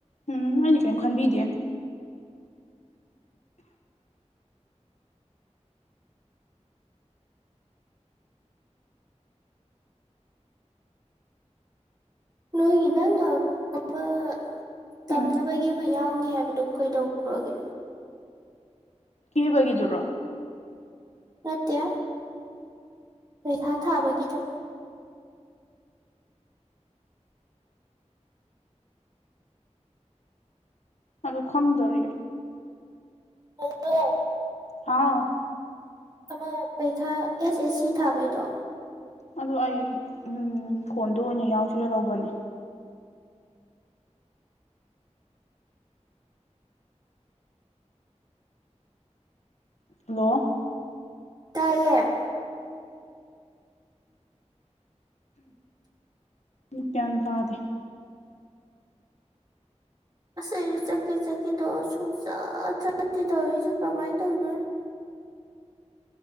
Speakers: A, on the left (about 70°); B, on the right (about 35°).
A: ꯎꯝ ꯑꯩꯗꯤ ꯀꯔꯤꯝ ꯈꯟꯕꯤꯗꯦ
B: ꯅꯣꯏꯒꯤ ꯅꯪꯅ ꯑꯃ ꯇꯝꯅꯕꯒꯤ
A: ꯎꯝ
B: ꯑꯃ ꯌꯥꯎꯅꯤ ꯍꯥꯏꯕꯗꯣ ꯀꯩꯗꯧꯖꯈ꯭ꯔꯒꯦ
A: ꯀꯦꯕꯒꯤꯗꯨꯔꯣ
B: ꯅꯠꯇꯦ ꯄꯩꯈꯥ ꯊꯥꯕꯒꯤꯗꯣ
A: ꯑꯗꯨ ꯈꯣꯡꯗꯔꯤ
B: ꯍꯜꯂꯣ
A: ꯑꯥꯎ
B: ꯑꯃ ꯄꯩꯈꯥ ꯑꯦꯁ ꯑꯦꯁ ꯁꯤ ꯊꯥꯕꯩꯗꯣ
A: ꯑꯗꯣ ꯑꯩ ꯐꯣꯟꯗꯣ ꯑꯣꯏꯅ ꯌꯥꯎꯁꯤꯔꯗꯧꯕꯅꯦ ꯍꯜꯂꯣ
B: ꯇꯌꯦ
A: ꯀ꯭ꯌꯥꯟ ꯇꯥꯗꯦ
B: ꯑꯁ ꯑꯩꯁꯨ ꯆꯠꯀꯦ ꯆꯠꯀꯦ ꯇꯣ ꯁꯨꯡꯆꯠ ꯆꯠꯇꯦ ꯇꯧꯔꯤꯁꯨ ꯀꯃꯥꯏꯅ ꯇꯧꯗꯣꯏꯅꯣ